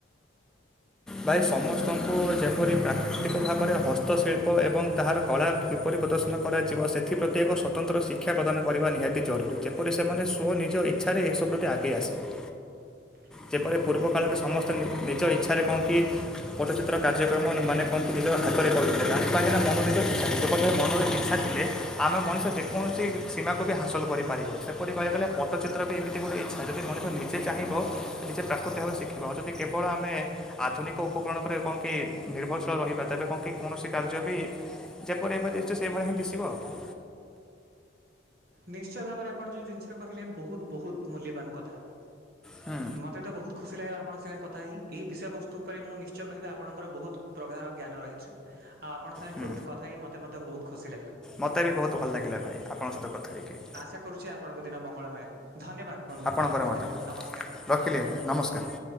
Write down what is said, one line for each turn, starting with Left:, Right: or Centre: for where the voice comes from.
Centre: ଭାଇ ସମସ୍ତଙ୍କୁ ଯେପରି ପ୍ରାକୃତିକ ଭାବରେ ହସ୍ତଶିଳ୍ପ ଏବଂ ତାହାର କଳା କିପରି ପ୍ରଦର୍ଶନ କରାଯିବ ସେଥିପ୍ରତି ଏକ ସ୍ୱତନ୍ତ୍ର ଶିକ୍ଷା ପ୍ରଦାନ କରିବା ନିହାତି ଜରୁରୀ ଯେପରି ସେମାନେ ସ୍ୱ ନିଜ ଇଚ୍ଛାରେ ଏସବୁ ପ୍ରତି ଆଗେଇ ଆସିବେ।
Right: <unintelligible>
Centre: ଯେପରି ପୂର୍ବ କାଳରେ ସମସ୍ତେ ନିଜ ଇଚ୍ଛାରେ କଣ କି ପଟଚିତ୍ର କାର୍ଯ୍ୟକ୍ରମ ମାନେ କଣ କି ନିଜ ହାତରେ କରୁଥିଲେ ତାଙ୍କ କାହିଁକିନା ମନୋନିତ ଇଚ୍ଛା ଥିଲା ଯେପରି ମନର ଇଚ୍ଛା ଥିଲେ। ଆମେ ମଣିଷ ଯେକୌଣସି ସୀମାକୁ ବି ହାସଲ କରିପାରିବ ସେପରି କହିବାକୁ ଗଲେ ପଟଚିତ୍ର ବି ଏମିତି ଏ ଗୋଟେ ଇଚ୍ଛା ଯଦି ମଣିଷ ନିଜେ ଚାହିଁବ ନିଜେ ପ୍ରାକୃତିକ ଭବେ ଶିଖିବ ଆଉ ଯଦି କେବଳ ଆମେ ଆଧୁନିକ ଉପକରଣ ଉପରେ କଣ କି ନିର୍ଭରଶୀଳ ରହିବା ତେବେ କଣ କି କୌଣସି କାର୍ଯ୍ୟ ବି ଯେପରି ଏବେ ଦିଶୁଚି ସେଭଳି ହିଁ ଦିଶିବ ଆଉ।
Right: ନିଶ୍ଚୟ ଭାବରେ ଆପଣ ଯେଉଁ ଜିନିଷ କହିଲେ ବହୁତ ବହୁତ ମୂଲ୍ୟବାନ। କଥା
Centre: ହୁଁ
Right: ମତେ ତ ବହୁତ୍ ଖୁସି ଲାଗିଲା। ଆପଣଙ୍କ ସାଙ୍ଗରେ କଥା ହେଇ ଏହି ବିଷୟବସ୍ତୁ ଉପରେ ମୁଁ ନିଶ୍ଚୟ କହିବି ଆପଣଙ୍କର ବହୁତ ପ୍ରଗାଢ଼ ଜ୍ଞାନ ରହିଛି ଆଉ ଆପଣଙ୍କ ସାଙ୍ଗେ
Centre: ହୁଁ
Right: କୁତ୍ କଥା ହେଇ ମତେ ମତେ ମଧ୍ୟ ବହୁତ ଖୁସି ଲାଗିଲା।
Centre: ମୋତେ ବି ବହୁତ ଭଲ ଲାଗିଲା ଭାଇ ଆପଣଙ୍କ ସହିତ କଥା ହେଇକି।
Right: ଆଶା କରୁଛି ଆପଣଙ୍କ ଦିନ ମଙ୍ଗଳମୟ ହଉ, ଧନ୍ୟବାଦ ବନ୍ଧୁ
Centre: ଆପଣଙ୍କର
Right: ରଖିଲି
Centre: ମଧ୍ୟ
Right: ତାହେଲେ ମୁଁ ନମସ୍କାର।
Centre: ରଖିଲି <unintelligible> ନମସ୍କାର।